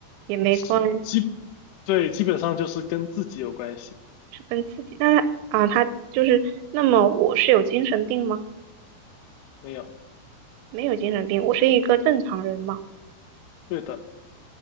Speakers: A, on the right; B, on the left.
A: 也没关系
B: 是基，对，基本上就是跟自己有关系，
A: 是跟自己。那他啊，他就是，那么我是有精神病吗？
B: 没有，
A: 没有精神病，我是一个正常人吗？
B: 对的，